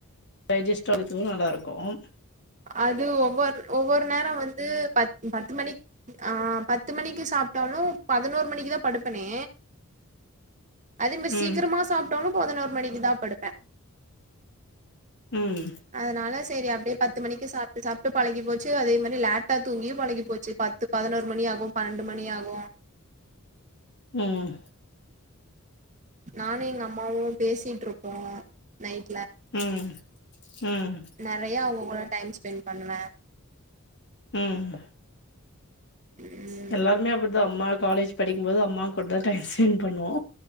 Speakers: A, on the left; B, on the right.
A: டைஜஸ்ட்டு ஆகறதுக்கும் நல்லா இருக்கும்
B: அது ஒவ்வொரு ஒவ்வொரு நேர வந்து பத் பத்து மணிக் ஆ பத்து மணிக்கு ஸ் சாப்டாலு பதனோரு மணிக்கி தா படுப்பனே அதோ மேரி
A: ம்
B: சீக்கரமா சாப்டாலு பதினோரு மணிக்கி தா படுப்பே
A: ம்
B: அதனாலஸ் சேரி அப்டியே பத் பத்து மணிக்கு சாப்டு சாப்டு பழகி போச்சு அதே மாரி லேட்டா தூங்கியு பழகி போச்சு பத்து பதினோரு மணி ஆகு பன்னெண்டு மணி ஆகு
A: ம்
B: நானு எங்க அம்மாவு பேசிட்ருப்போ நைட்
A: ம் ம்
B: நெறையா அவுங்க கூட டைம் ஸ்பெண் பண்ணுவ
A: ம்
B: ம்
A: எல்லாருமே அப்டி இதோ அம்மா காலேஜ் படிக்கும்போது அம்மா கூட டைம் ஸ்பெண்ட் பண்ணுவோ